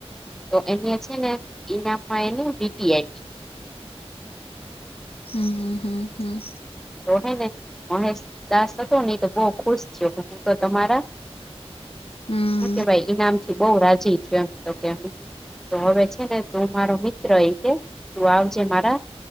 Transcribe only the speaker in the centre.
તો એને છે ને ઈનામ એનું વીટી આયપી-
તો હેં ને મહેશ દાસ હતો ને ઈ તો બોવ ખુશ થ્યો <inaudible> તો તમારા
<inaudible> ઈનામ થી બોવ રાજી થ્યો એમ તો કે તો હવે છે ને તું મારો મિત્ર- ર કે તું આવજે મારા